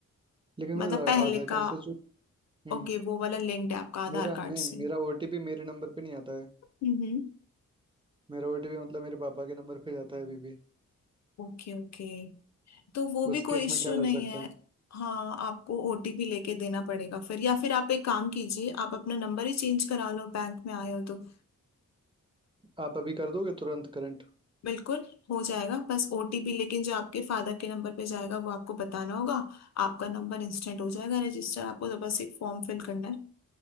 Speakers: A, on the right; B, on the left.
A: लेकिन
B: मतलब
A: मेरा
B: पहले
A: आधार कार्ड
B: का
A: से जो हम्म
B: ओके वो वाला लिंक्ड है आपका आधार
A: मेरा
B: कार्ड
A: नहीं
B: से
A: मेरा ओटीपी मेरे नंबर पे नहीं आता है
B: हम्म
A: मेरा ओटीपी मतलब मेरे पापा के नंबर पे जाता है अभी भी
B: ओके ओके तो वो भी
A: उस
B: कोई
A: केस
B: इश्यू
A: में क्या कर
B: नहीं
A: सकते
B: है
A: हैं
B: हाँ आपको ओटीपी लेके देना पड़ेगा फिर या फिर आप एक काम कीजिए आप अपना नंबर ही चेंज करा लो बैंक में आए हो तो
A: आप अभी कर दोगे तुरंत करंट
B: बिल्कुल हो जाएगा बस ओटीपी लेकिन जो आपके फादर के नंबर पे जाएगा वो आपको बताना होगा आपका नंबर इंस्टेंट हो जाएगा रजिस्टर आपको तो बस एक फॉर्म फिल करना है